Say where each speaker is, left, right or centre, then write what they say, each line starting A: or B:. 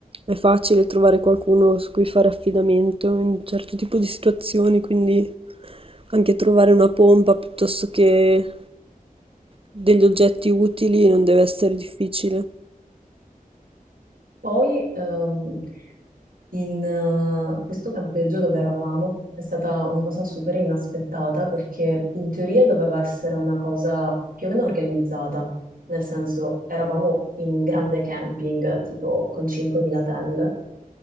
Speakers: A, on the right; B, on the right.
A: è facile trovare qualcuno su cui fare affidamento in un certo tipo di situazioni, quindi anche trovare una pompa piuttosto che degli oggetti utili non deve essere difficile.
B: Poi, ehm, In eh, questo campeggio dove eravamo è stata una cosa super inaspettata perché in teoria doveva essere una cosa più o meno organizzata, nel senso eravamo in un grande camping tipo con 5.000 tende